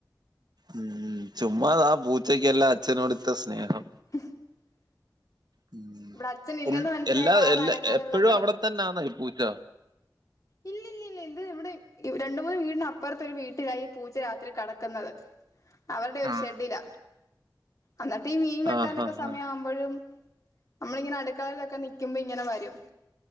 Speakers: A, on the right; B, on the left.
A: ഉം ചുമാ ആ പൂച്ചയ്ക്ക്ല്ലാ അച്ഛ നോടിത്ര സ്നേഹം
B: <inaudible>
A: ഉം ഉ-
B: ഇവിടെ അച്ഛനില്ലെന്ന്
A: ഫുൾ
B: മനസ്സിലായപ്പോ
A: എല്ല
B: ആള്
A: എല്ല
B: അനങ്ങാതെ
A: എപ്പഴും
B: ഇവിടങ്ങ്
A: അവിടെ തന്നെ ആന്നോ ഈ പൂച്ച
B: ഇല്ല ഇല്ല ഇല്ല ഇവിടെ ഇത് രണ്ട് മൂന്ന് വീട് അപ്പുറത്തരു വീട്ടിലായി ഈ പൂച്ച രാത്രി കടക്കുന്നത് അവരുടെ ഒരു
A: ആഹ്
B: ഷെഡിലാ എന്നിട്ട് ഈ മീൻ വെട്ടാനൊക്കെ
A: ആഹ് ആഹ്
B: സമയമാവുമ്പോഴും നമ്മളിങ്ങനെ അടുക്കളിലൊക്കെ നൽക്കുമ്പോ ഇങ്ങനെ വരും